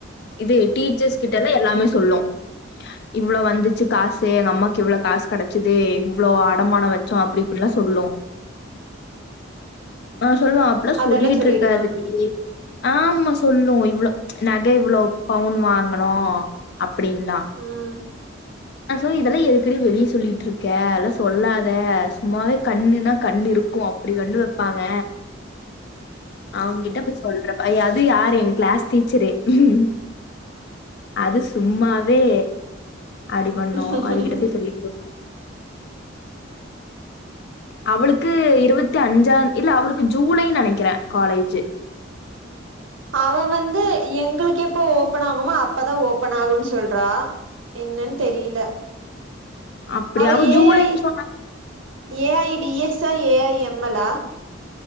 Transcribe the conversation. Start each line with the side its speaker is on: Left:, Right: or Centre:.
Left: இது டீச்சர்ஸ் கிட்டல்லா எல்லாமே சொல்லு இவ்ளோ வந்துச்சி காசு எங்க அம்மாக்கு இவ்ளோ காசு கெடைச்சது இவ்வளோ அடமானம் வச்சோ அப்பிடி இப்பிடிலா சொல்லு ஆ சொல்லுவ
Right: அதெல்லா
Left: சொல்லிட்டு
Right: சொல்லிருமா
Left: இருக்காதுடி ஆமா சொ சொல்லு இவ்ளோ நக இவ்வளோ பவுன் வாங்கனோ அப்பிடின்லா
Right: ம்
Left: சோ இதெல்லா எதுக்கடி வெளியே சொல்லிட்டு இருக்கே எல்லா சொல்லாத சும்மாவே கண்ணுன்னா கண்ணு இருக்கு அப்பிடி கண்ணு வப்பாங்க அவுங்ககிட்ட போய் சொல்றப்ப அது யாரு எங்க கிளாஸ் டீச்சரே ம் அது சும்மாவே ஆடி பண்ணோ
Right: ம்
Left: அதுகிட்ட போய் சொல்லிட்டு இருக்கு அவளுக்கு இருபத்தி அஞ்சா தே இல்ல அவளுக்கு ஜூலை நெனைக்கிறே காலேஜி
Right: அவ வந்து எங்களுக்கு எப்ப ஓபன் ஆகுமோ அப்பதா ஓபன் ஆகுன்னு சொல்றா என்னன் தெரியல
Left: அப்டி
Right: அவ
Left: ஜூலைன்னு
Right: ஏஐ
Left: சொன்னா
Right: ஏஐ டிஎஸ் ஆ ஏஐஎம்லா